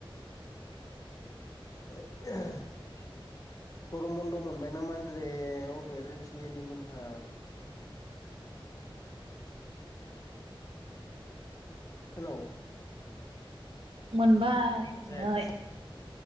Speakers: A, on the left (about 40°); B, on the right (about 70°).
A: <unintelligible> गरम बन्द' मोनबाय नामा होनदोरे अबे रिथियिनि मोनहा
B: उम
A: हेल'
B: मोनबाय। मोनबाय
A: जायाखिसै जाया